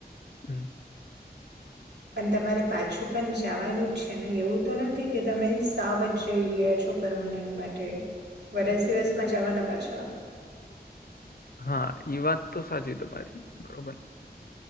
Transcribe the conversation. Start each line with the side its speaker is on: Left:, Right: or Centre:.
Left: હમ
Right: પણ તમારે પાછું પણ જવાનું જ છે, ને એવું તો નથી કે તમે સાવ જ જઈ રહ્યા છો પરર્મનન્ટ, માટે વરસ દિવસમાં જવાના પાછા?
Left: હા એઈ વાત તો સાચી તમારી બરોબર.